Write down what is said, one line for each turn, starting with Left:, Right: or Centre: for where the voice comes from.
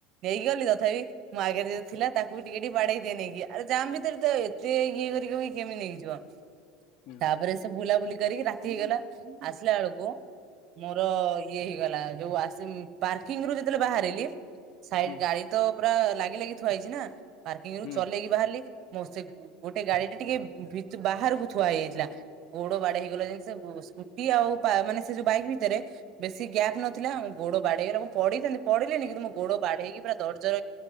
Right: ନେଇକ ଗଲି ତଥାପି ମୋ ଆଗେରେ ଯିଏ ଥିଲା ତାକୁ ବି ଟିକେ ଟିକେ ବାଡେଇ ଦିଏ ନେଇକି, ଆ ଜାମ୍ ଭିତରେ ତ ଏତେ ଇଏ କରିକି କେମିତି ନେଇଯିବ।
Left: ହୁଁ।
Right: ତାପରେ ବୁଲାବୁଲି କରିକି ରାତି ହେଇଗଲା ଆସିଲା ବେଳୁକୁ ମୋର ଇଏ ହେଇଗଲା ଯୋଉ ଆସ୍ ସେ ପାର୍କିଂ ରୁ ଯେତେବେଳେ ବାହାରିଲି ସାଇଡ୍
Left: ହୁଁ
Right: ଗାଡି ତ ପୁରା ଲାଗି-ଲାଗି ଥୁଆ ହେଇଚି ନା, ପାର୍କିଂ ରୁ
Left: ହୁଁ
Right: ଚଲେଇକି ବାହାରିଲି। ମୋ ସେ ଗୋଟେ ଗାଡି ଟା ଟିକେ ଭିତ୍ ବାହାରକୁ ଥୁଆ ହେଇଯାଇଥିଲା, ଗୋଡ ବାଡେଇ ହେଇଗଲା <unintelligible> ସେ ସ୍କୁଟି ଆଉ ପା ମାନେ ସେ ଯୋଉ ବାଇକ୍ ଭିତେରେ ବେଶୀ ଗ୍ୟାପ୍ ନଥିଲା, ଆ ଗୋଡ ବାଡେଇଗଲା ମୁଁ ପଡ଼ିଥାନ୍ତି ପଡିଲିନି କିନ୍ତୁ ମୋ ଗୋଡ ବାଡେଇ ହେଇକି ପୁରା ଦର୍ଜ